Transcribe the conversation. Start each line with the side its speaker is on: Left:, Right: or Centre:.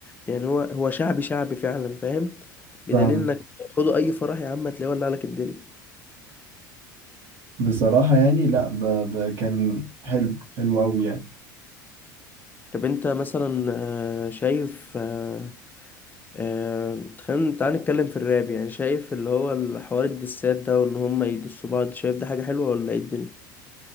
Left: يعني هو هو شعبي شعبي فعلا فاهم بدليل
Right: فاهم
Left: انك خدوا اي فرح يا عم هتلاقيه ولع لك الدنيا
Right: بصراحة يعني لا ب... ب... كان حلو حلو قوي يعني
Left: طب انت مثلا آه، شايف آه، آه، تخيل تعال نتكلم في الراب يعني شايف اللي هو الحوار الدسات ده وان هم يدسوا بعض شايف ده حاجة حلوة ولا ايه الدنيا